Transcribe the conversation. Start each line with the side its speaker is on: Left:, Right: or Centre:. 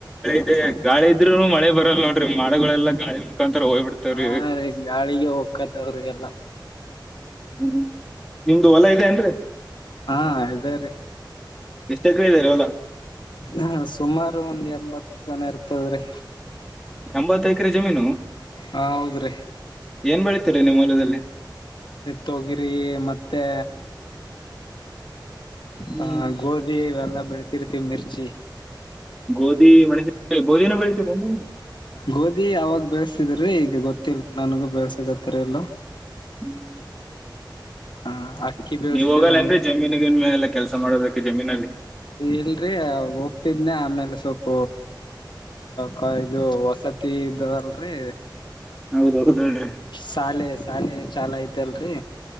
Centre: ಇದೆ ಗಾಳಿ ಇದ್ರು ಮಳೆ ಬರಲ್ಲ ನೋಡಿ ಮೋಡಗಳೆಲ್ಲ ಗಾಳಿ ಮುಖಾಂತರ ಹೋಗ್ ಬಿಡ್ತಾವ್ರೀ.
Left: ಹಾ ರೀ ಗಾಳಿಗೆ ಹೋಗಕ್ಕತವ್ರಿಎಲ್ಲಾ
Centre: ಹ್ಮ್, ನಿಮ್ದು ಹೊಲ ಇದೆ ಏನ್ರಿ
Left: ಹಾ, ಇದೇ ರೀ
Centre: ಎಷ್ಟು ಎಕ್ರೆ ಇದೆ ಹೊಲ-
Left: ಹಾ, ಸುಮಾರು ಒಂದ್ ಎಂಬತ್ನ ಇರ್ತದ್ರೀ
Centre: ಎಂಬತ್ತು ಎಕರೆ ಜಮೀನು-
Left: ಹೌದ್ರೀ
Centre: ಏನ್ ಬೆಳೀತೀರಿ ನಿಮ್ಮಹೊಲದಲ್ಲಿ
Left: ತೊಗಿರಿ ಮತ್ತಾ
Centre: ಹ್ಮ್
Left: ಹ ಗೋದಿ ಇವೆಲ್ಲಾ ಬೆಳತಿರ್ತಿವಿ ಮಿರ್ಚಿ
Centre: ಗೋಧಿ ಮಣಸ ಗೋಧಿನ ಬೆಳೆಸಿದೆ <unintelligible>
Left: ಗೋಧಿ ಅವಾಗ ಬೆಳಸ್ತಿದ್ರೀ ಈಗ ಗೊತ್ತಿಲ್ಲ ನನಗೂ ಬೆಳ್ಸಗತ್ತರ ಎಲ್ಲಾ
Centre: ಹ್ಮ್ <inaudible>
Left: ಹಾ, ಅಕ್ಕಿ ಬೆಳಸ್ತಿವ್ರಂಗೆ
Centre: ನೀವ ಹೋಗಲ್ಲೇನರಿ ಜಮೀನಗ ಎಲ್ಲ ಕೆಲ್ಸ ಮಾಡೋದಕ್ಕೆ ಜಮೀನಲ್ಲಿ.
Left: ಇಲ್ರಿ ಹೋಗ್ತಿದ್ನ ಆಮೇಲೆ ಸ್ವಲ್ಪ ಕ ಇದು ವಸತಿ ಇದರಲ್ರಿ
Centre: ಹೌದು ಹೌದಿ <inaudible>
Left: ಶಾಲೆ ಶಾಲೆ ಚಾಲೂ ಐತೆ ಅಲ್ರಿ